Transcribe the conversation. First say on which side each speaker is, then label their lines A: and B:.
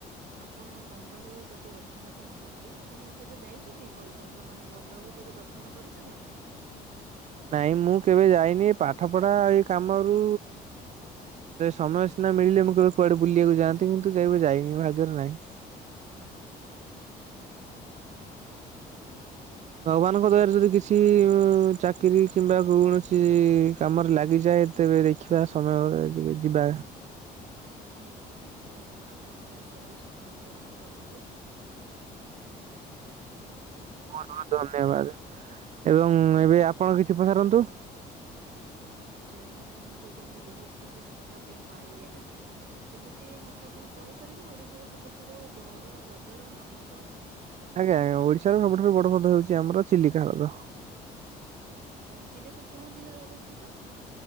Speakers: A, on the right; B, on the right.
A: ଆପଣ ଗଙ୍ଗାରୁ ଗୋଟେ କଥା ମତେ ମନ ପଡିଲା ଆପଣ କେବେ ଯାଇଛନ୍ତି କୋଲକାତା ମାନେ ଗଙ୍ଗାକୁ କେବେ ଦର୍ଶ ର୍ଶନ କରିଛନ୍ତି ଆପଣ?
B: ନାଇଁ ମୁଁ କେବେ ଯାଇନି ଏଇ ପାଠ ପଢା ଏଇ କାମରୁ ସମୟ ସିନା ମିଳିଲେ ମୁଁ କେବେ କୁଆଡେ ବୁଲିବାକୁ ଯାଆନ୍ତି କିନ୍ତୁ କେବେ ଯାଇନି ଭାଗ୍ୟରେ ନାହିଁ।
A: ଆଜ୍ଞା ଆଜ୍ଞା।
B: ଭଗବାନଙ୍କ ଦ୍ଵାରା ଯଦି କିଛି ମ-ମ ଚାକିରି କିମ୍ବା କୌଣସି କାମରେ ଲାଗିଯାଏ ତେବେ ଦେଖିବା ସମୟରେ ଯେ ଯିବା
A: ନିଶ୍ଚୟ ନିଶ୍ଚୟ ଭଗବାନ ଆପଣଙ୍କର ସବୁ ସ୍ୱପ୍ନ ପୂରଣ କରନ୍ତୁ।
B: ବହୁତ ବହୁତ ଧନ୍ୟବାଦ ଏବଂ ଏବେ ଆପଣ କିଛି ପଚାରନ୍ତୁ।
A: ନିଶ୍ଚୟ ଆପଣଙ୍କର ବି ମୁଁ ବହୁତ କିଛି ଶିଖିବା ପାଇଁ ପାଇଲି ଆଜି ଯେମିତି ମତେ ଆପଣ କହିପାରିବେ ଓଡିଶାର ସବୁଠାରୁ ବଡ ହ୍ରଦର ନାମ କଣ?
B: ଆଜ୍ଞା ଆଜ୍ଞା ଓଡିଶାର ସବୁଠାରୁ ବଡ ହ୍ରଦ ହଉଛି ଆମର ଚିଲିକା ହ୍ରଦ।
A: ଆଜ୍ଞା ଏବଂ ଚିଲିକା କେଉଁ ଜିଲ୍ଲାରେ ଅବସ୍ଥିତ?